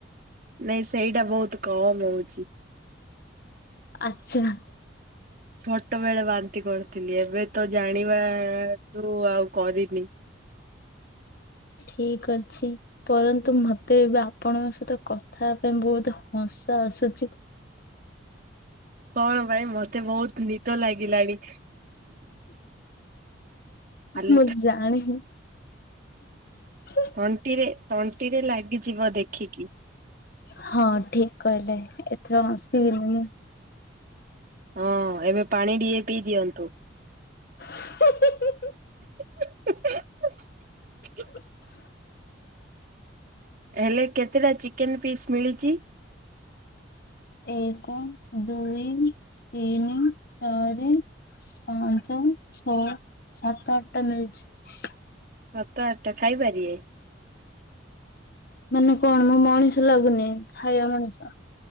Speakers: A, on the right (about 45°); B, on the left (about 50°).
A: ନାଇଁ ସେଇଟା ବହୁତ କମ ହଉଛି।
B: ଆଛା।
A: ଛୋଟବେଳେ ବାନ୍ତି କରିଥିଲି। ଏବେ ତ ଜାଣିବାଠୁ ଆଉ କରିନି।
B: ଠିକ ଅଛି। ପରନ୍ତୁ ମତେ ଏବେ ଆପଣଙ୍କ ସହିତ କଥା ପାଇଁ ବହୁତ ହସଁ ଆସୁଛି।
A: କଣ ପାଇଁ ଇ ମତେ ବହୁତ ନିଦ ଲାଗିଲାଣି। ଖାଲି
B: ମୁଁ ଜାଣେ ହୁ ହୁଁ
A: ତଣ୍ଟିରେ ତଣ୍ଟିରେ ଲାଗିଯିବ ଦେଖିକି।
B: ହଁ ଠିକ କହିଲେ ଏଥର ହସିବିନି ମୁଁ।
A: ହଁ ଏବେ ପାଣି ଟିକେ ପିଇ ଦିଅନ୍ତୁ।
B: <unintelligible>
A: <unintelligible>
B: <unintelligible>
A: ହେଲେ କେତେଟା ଚିକେନ ପିସ୍ ମିଳିଛି।
B: ଏକ, ଦୁଇ, ତିନି, ଚାରି। ପାଞ୍ଚ, ଛଅ, ସାତ, ଆଠଟା ମିଳିଛି।
A: ସତ ଆଠ ଟା ଖାଇପାରିବେ।
B: ମାନେ କଣ ମୁଁ ମଣିଷ ଲାଗୁନି ଖାଇବା ମଣିଷ।